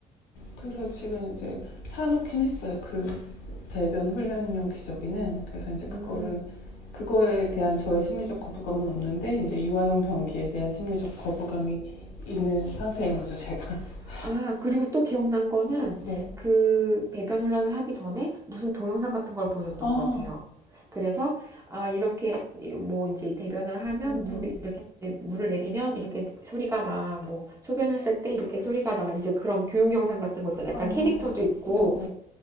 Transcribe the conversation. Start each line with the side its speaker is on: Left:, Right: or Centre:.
Left: 그래서 지금 이제 사놓긴 했어요. 그 배변 훈련용 기저귀는 그래서 이제 그거를
Right: 음.
Left: 그거에 대한 저의 심리적 거부감은 없는데 이제 유아용 변기에 대한 심리적 거부감이 있는 상태인 거죠, 제가. <laughs>
Right: 아, 그리고 또 기억난 거는
Left: 네.
Right: 그 배변 혼란을 하기 전에 무슨 동영상 같은 걸 보여줬던
Left: 아,
Right: 것 같아요. 그래서 아, 이렇게 뭐 이제 대변을 하면
Left: 음,
Right: 물이 이렇게 물을 내리면 이렇게 소리가 나. 뭐 소변을 했을 때 이렇게 소리가 나. 이제 그런 교육 영상 같은 거 있잖아요. 약간
Left: 아,
Right: 캐릭터도 있고.
Left: 네네,